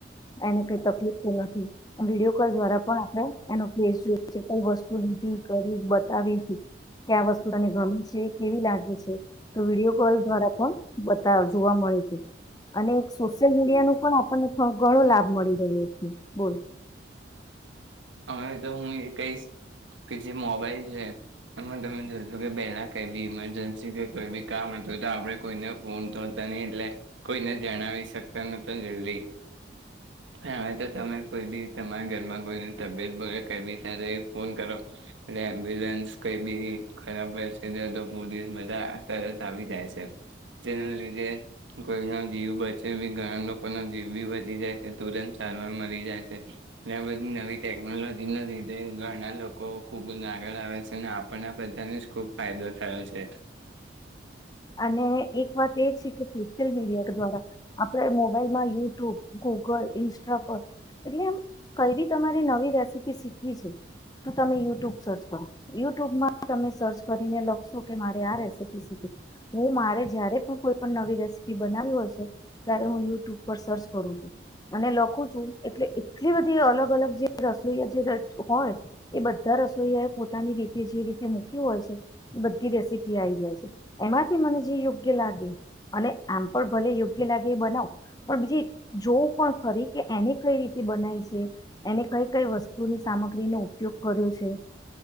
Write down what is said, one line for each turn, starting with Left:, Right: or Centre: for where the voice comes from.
Left: એને કઈ તકલીફ તો નથી વિડીયો કોલ દ્વારા પણ આપડે એનો ફેસ જોય છે કઈ વસ્તુ લીધી કરી બ આવી જ તો વસ્તુ તને ગમે છે કેવી લાગે છે તો વિડીયો કોલ દ્વારા પણ બતા જોવા મળે. અને સોશિયલ મીડિયા નું પણ આપણને ઘણો લાભ મળી રહ્યો છે બોલ
Right: અમે તો હું એ કહીશ કે જે મોબાઈલ છે એમાં તમે જોશો કે પહેલા કઈ બી ઇમરજન્સી કે કોઈ બી કામ હતું તો આપણે કોઈને ફોન તોતા નહી એટલે કોઈ જણાવી શકતો નતો જલ્દી હવે તો તમે કોઈ બી તમારા ઘરમાં કોઈ તબિયત બી ફોન કરો એમ્બુલન્સઈ બી ખબ હો તોિવ બા તરત આવી જાય છે જેના લીધે કોઈનો જીવ બચે બી ઘણા લોકોનો જીવ બી બચી જાય છે તુરંત સારવાર મળરી જાય છે એ બધી નવી ટેકનોલોજી ના લીધે ઘણા લોકો ખૂબ જ આગળ આવે છે અને આપને બધાને જ ખૂબ ફાયદો થયો છે
Left: અને એક વાત એ શીખું મીડિયા દ્વારા આપે મોબાઈલમાં યુ તો ગૂગલ ઇન્સ્ટ્રા પર એટલે આમ કઈ બી તમારે નવી રેસીપી શીખવી છે તો તમે યુટ્યુબ સર્ચ કરો યુટ્યુબમાં તમે સર્ચ કરીને લખશો કે મારે આ રેસીપી શીખવી હું મારે જયારે પણ કોઈ પણ નવી રેસીપી બનાવી હોય છે ત્યારે હું યુટ્યુબ પર સર્ચ કરું છું અને લખું છું એટલે એટલી બધી અલગ અલગ જે રસોઈયા જે હોય એ બધા રસોઈયા એ પોતાની રીતે જે રીતે મૂક હોય છે બધી રેસીપી આ આવી જાય છે એમાંથી મને જે યોગ્ય લાગે અને આમ પણ ભલે યોગ્ય લાગે એ બનાવો પણ બીજી જોવું પણ ફરી કે એને કઈ રીતે બનાય છે એને કઈ કઈ વસ્તુની સામગ્રીનો ઉપયોગ કર્યો છે